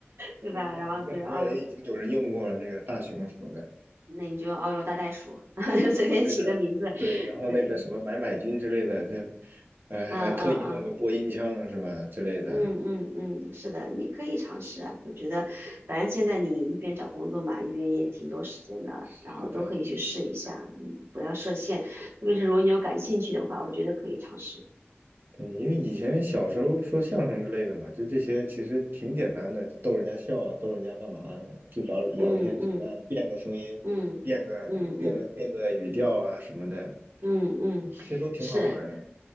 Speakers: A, on the right (about 75°); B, on the right (about 55°).
A: 对吧？
B: 我说大熊，
A: 然后比如澳洲，
B: 这好像也已经有人用过了，那个大熊什么的，
A: 那你就用澳洲大袋鼠，<laughs> 随便起个名字，
B: 我那个对，然后那个什么买买君之类的，
A: 对，
B: 就，哎，
A: 嗯嗯嗯。
B: 还特意弄个播音腔是吧之类的，
A: 嗯嗯嗯，是的，你可以尝试啊。我觉得，反正现在你一边找工作嘛，一边也挺多时间的，
B: 是的，
A: 然后都可以去试一下。嗯，不要设限，特别是如果你有感兴趣的话，我觉得可以尝试。
B: 对，因为以前小时候说相声之类的嘛，就这些其实挺简单的，就逗人家笑啊，逗人家干嘛，就聊聊天扯淡，
A: 嗯嗯
B: 变个声音，
A: 嗯嗯嗯
B: 变个变个变个语调啊什么的，
A: 嗯嗯，
B: 这些都挺好玩儿的。
A: 是